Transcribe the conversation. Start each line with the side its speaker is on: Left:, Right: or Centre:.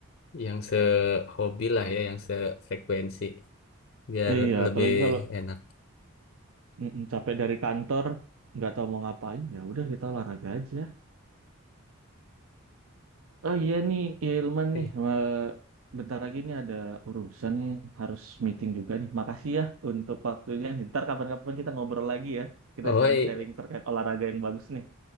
Left: yang sehobi lah ya yang sefrekuensi biar
Right: Iya,
Left: lebih
Right: apalagi kalau
Left: enak.
Right: mm, mm, capek dari kantor nggak tahu mau ngapain ya udah kita olahraga aja. Oh iya nih, Ilman
Left: Oke.
Right: nih. Wah, Bentar lagi nih ada urusan nih, harus meeting juga nih. Makasih ya untuk waktunya. Ntar kapan-kapan kita ngobrol lagi ya. Kita
Left: Oh,
Right: sharing-sharing
Left: i-
Right: terkait olahraga yang bagus nih.